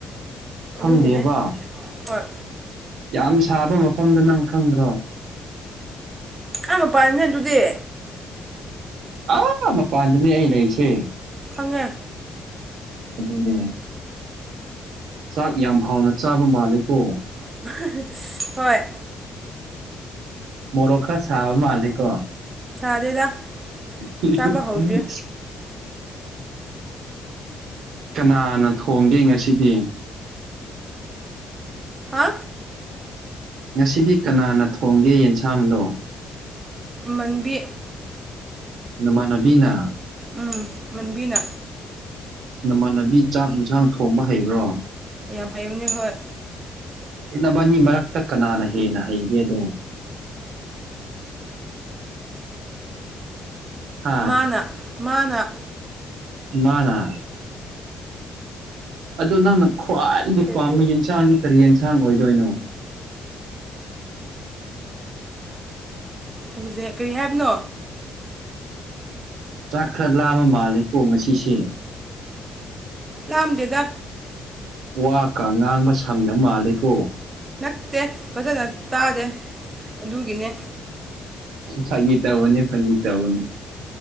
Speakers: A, on the right (about 75°); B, on the right (about 25°).
A: ꯈꯪꯗꯦꯕ
B: ꯑꯗꯨꯒꯤꯅꯦ ꯍꯣꯏ
A: ꯌꯥꯝ ꯁꯥꯕ ꯃꯐꯝꯗꯨ ꯅꯪ ꯈꯪꯗ꯭ꯔꯣ
B: ꯑ ꯃꯄꯥꯟꯅꯦ ꯑꯗꯨꯗꯤ
A: ꯑꯥ ꯃꯄꯥꯟꯗꯅꯦ ꯑꯩ ꯂꯩꯔꯤꯁꯦ
B: ꯈꯉꯦ
A: ꯑꯗꯨꯅꯦ ꯆꯥꯛ ꯌꯥꯝ ꯍꯥꯎꯅ ꯆꯥꯕ ꯃꯥꯜꯂꯦꯀꯣ
B: <unintelligible> ꯍꯣꯏ
A: ꯃꯣꯔꯣꯛ ꯈ ꯁꯥꯕ ꯃꯥꯜꯂꯦꯀꯣ
B: ꯁꯥꯗꯦꯗ
A: <unintelligible>
B: ꯆꯥꯕ ꯍꯧꯗ꯭ꯔꯤ
A: ꯀꯅꯥꯅ ꯊꯣꯡꯒꯦ ꯉꯁꯤꯗꯤ
B: ꯍꯥ
A: ꯉꯁꯤꯗꯤ ꯀꯅꯥꯅ ꯊꯣꯡꯒꯦ ꯌꯦꯟꯁꯥꯡꯗꯣ
B: ꯃꯟꯕꯤ
A: ꯅꯃꯥꯟꯅꯕꯤꯅ
B: ꯎꯝ ꯃꯟꯕꯤꯅ
A: ꯅꯃꯥꯟꯅꯕꯤ ꯆꯥꯛ ꯏꯟꯁꯥꯡ ꯊꯣꯡꯕ ꯍꯩꯕ꯭ꯔꯣ
B: ꯌꯥꯝ ꯍꯩꯕꯅꯦ ꯍꯣꯏ
A: ꯏꯅꯕꯅꯤ ꯃꯔꯛꯇ ꯀꯅꯥꯅ ꯍꯦꯟꯅ ꯍꯩꯒꯦꯗꯣ ꯍꯥ
B: ꯃꯥꯅ ꯃꯥꯅ
A: ꯃꯥꯅꯥ ꯑꯗꯣ ꯅꯪꯅ ꯈ꯭ꯋꯥꯏꯗꯒꯤ
B: ꯏꯟꯇꯔꯚꯤꯌꯨ
A: ꯄꯥꯝꯕ ꯌꯦꯟꯁꯥꯡ ꯀꯔꯤ ꯌꯦꯟꯁꯥꯡ ꯑꯣꯏꯗꯣꯏꯅꯣ
B: ꯍꯧꯖꯤꯛ ꯀꯔꯤ ꯍꯥꯏꯕꯅꯣ
A: ꯆꯥꯛ ꯈꯔ ꯂꯥꯕ ꯃꯥꯜꯂꯦꯀꯣ ꯉꯁꯤꯁꯦ
B: ꯂꯥꯛꯑꯗꯦꯗ
A: ꯋꯥꯀ ꯉꯥꯡꯕ ꯁꯪꯗ ꯃꯥꯜꯂꯤꯀꯣ
B: ꯐꯠꯇꯦ ꯐꯖꯅ ꯇꯥꯗꯦ ꯑꯗꯨꯒꯤꯅꯦ
A: ꯁ ꯁꯥꯥꯏꯒꯤ ꯇꯧꯕꯅꯤ ꯐꯪꯒꯤ ꯇꯧꯕꯅꯤ